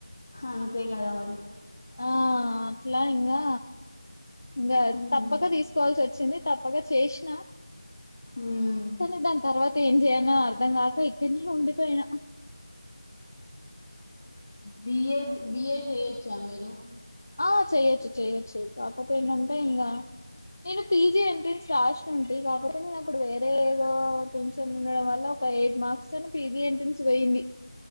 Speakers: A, on the left; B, on the left.
A: అంతే కదా మరి
B: ఆ అట్లా ఇంకా ఇంకా
A: ఉమ్
B: తప్పక తీసుకోవాల్సి వచ్చింది తప్పక చేసినా
A: ఉమ్
B: కానీ దాని తర్వాత ఏం చేయాలి అయిన్నా అర్ధంగాక ఇక్కడినే ఉండి పోయినా
A: బిఏడ్ బిఏడ్ చేయొచ్చా మీరు
B: ఆ చెయ్యొచ్చు చెయ్యొచ్చు కపోతే ఎందంటే ఇంకా నేను పీజీ ఎంట్రెన్స్ రాసి ఉంటి కాకపోతే నేను అప్పుడు వేరే ఏదో టెన్షన్ ఉండడం వల్ల ఒక ఎయిట్ మార్క్స్ తోని పిజీ ఎంట్రన్స్ పోయింది